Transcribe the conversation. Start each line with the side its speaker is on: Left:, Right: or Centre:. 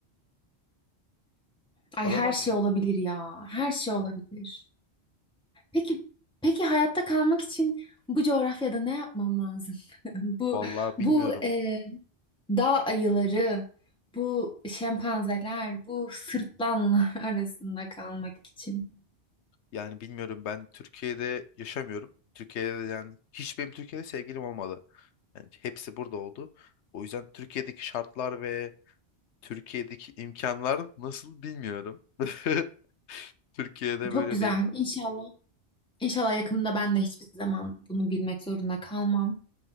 Centre: Ay
Left: Olamaz
Centre: her şey
Left: mı?
Centre: olabilir ya. Her şey olabilir. Peki, peki hayatta kalmak için bu coğrafyada ne yapmam lazım? <laughs> Bu
Left: Vallahi
Centre: bu
Left: bilmiyorum.
Centre: e, dağ ayıları, bu şempanzeler, bu sırtlanlar <laughs> arasında kalmak için.
Left: Yani bilmiyorum ben Türkiye'de yaşamıyorum. Türkiye'de de yani hiç benim Türkiye'de sevgilim olmadı. Yani hepsi burada oldu. O yüzden Türkiye'deki şartlar ve Türkiye'deki imkanlar nasıl bilmiyorum. <laughs> Türkiye'de
Centre: Çok
Left: böyle
Centre: güzel.
Left: değil.
Centre: İnşallah. İnşallah yakında ben de hiçbir zaman bunu bilmek zorunda kalmam.